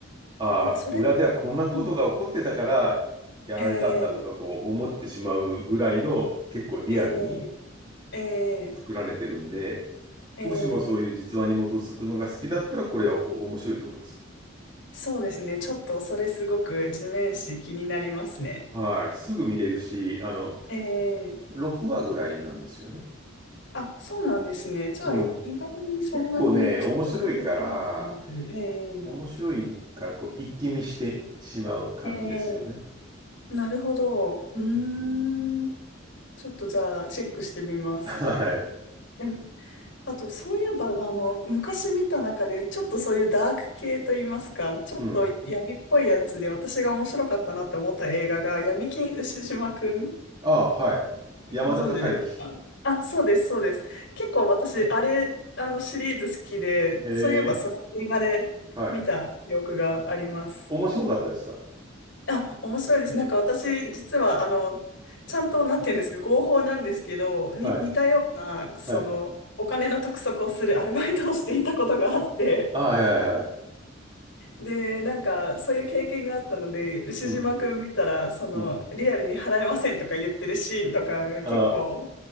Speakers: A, on the right; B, on the left.
A: ああ、
B: なんかそれ、
A: 裏ではこんなことが起こってたから
B: はい
A: やられたんだとかこう思ってしまうぐらいの結構リアルに
B: ええええ
A: 作られてるんで、
B: えええ
A: もしもそういう実話に基づくのが好きだったらこれはお面白いと思いますよ。
B: そうですね。ちょっとそれすごく地面師気になりますね。
A: はい。すぐ見れるし、あの、
B: ええ。
A: 6話ぐらいなんですよね。
B: あ、そうなんですね。じゃあ、
A: うん。
B: い意外にそんなにずっと続いてるわけじゃなく、
A: 結構ね、面白いから、
B: ええ
A: 面白いからこう一気見してしまう感じですよね。
B: ええなるほど。うーん。
A: うん。
B: ちょっとじゃあ、チェックしてみます。
A: はい。
B: でも、あと、そういえば、あの、昔見た中で、ちょっとそういうダーク系といいますか、ちょっと闇っぽいやつで、
A: うん。
B: 私が面白かったなって思った映画が、闇金牛島くん。
A: ああ、はい。山田孝之。
B: ご存知ですかあ、そうです、そうです。結構私、あれ、あのシリーズ好きで、
A: へえ、
B: そういえばそれ映画で見た記憶があります。
A: はい。面白かったですか
B: あ、面白いです。なんか私、実は、あの、ちゃんと、なんて言うんですか、合法なんですけど、に、
A: はい。
B: 似たような、その、
A: はい。
B: お金の督促をするアルバイトをしていたことがあって、
A: あ、はいはいはい。
B: で、なんか、そういう経験があったので、牛島くん見たら、
A: うん。
B: その、
A: うん。
B: リアルに払えませんとか言ってるシーンとかが結構、
A: あ、あ